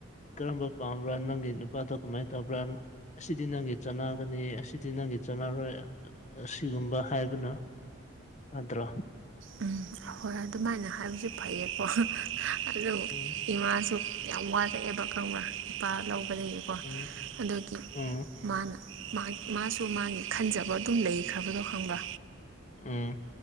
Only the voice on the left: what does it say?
ꯀꯔꯝꯕ ꯄꯥꯝꯕ꯭ꯔꯥ ꯅꯪꯒꯤ ꯅꯨꯄꯥꯗꯣ ꯀꯃꯥꯏꯅ ꯇꯧꯕ꯭ꯔꯥ ꯑꯁꯤꯗꯤ ꯅꯪꯒꯤ ꯆꯥꯟꯅꯒꯅꯤ ꯑꯁꯤꯗꯤ ꯅꯪꯒꯤ ꯆꯥꯟꯅꯔꯣꯏ ꯑꯁꯤꯒꯨꯝꯕ ꯍꯥꯏꯕꯅ ꯑ꯭ꯔꯣ <inaudible>
ꯎꯝ
ꯎꯝ
ꯎꯝ
ꯎꯝ